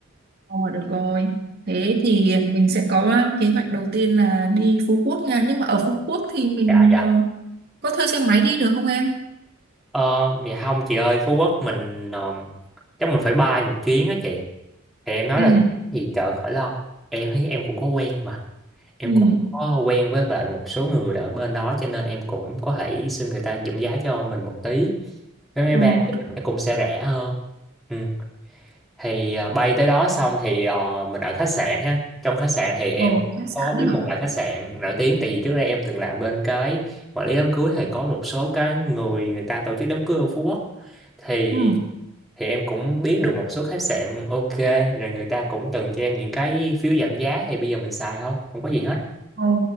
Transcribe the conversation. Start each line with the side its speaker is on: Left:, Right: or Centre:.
Right: Ồ, được rồi thế thì mình sẽ có ờ, kế hoạch đầu tiên là đi Phú Quốc nha nhưng mà ở Phú Quốc thì mình
Centre: dạ dạ
Right: ờ, có thuê xe máy đi được không em
Centre: ờ dạ không chị ơi Phú Quốc mình ờ, chắc mình phải bay một chuyến á chị thì em nói
Right: ừ
Centre: là gì trời khỏi lo em thấy em cũng có quen mà em
Right: Ừ.
Centre: cũng có quen với lại một số người ở bên đó cho nên em cũng có thể xin người ta giảm giá cho mình một tí vé máy
Right: Ờ,
Centre: bay của
Right: được
Centre: mình nó cũng sẽ rẻ hơn ừ thì à, bay tới đó xong thì ờ, mình ở khách sạn ha trong khách sạn thì em
Right: bầu khách
Centre: có
Right: sạn
Centre: biết
Right: đó
Centre: một
Right: hả?
Centre: vài khách sạn nổi tiếng tại vì trước đây em từng làm bên cái quản lý đám cưới thì có một số cái người người ta tổ chức đám cưới ở Phú Quốc thì
Right: Ừ.
Centre: thì em cũng biết được một số khách sạn ok rồi người ta cũng từng cho em những cái phiếu giảm giá thì bây giờ mình xài thôi không có gì hết
Right: Ờ.